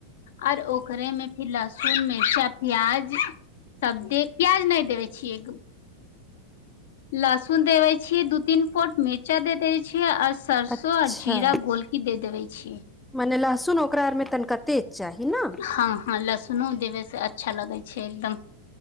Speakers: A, on the left; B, in the centre.
A: और ओकरे में फिर लहसुन मिर्चा प्याज सब दे प्याज ने देबे छिये लसुन देवइ छीये दूध तीन पोट मिर्चा दे देय छिये आ सरसो
B: अच्छा
A: आ‌ जीरा पोलकी दे देवे छीै
B: मने लहसुन ओकरा आर मे तनिकते तेजचाही ने
A: हा हा लहसुनो देबे से अच्छा लगे छे एकदम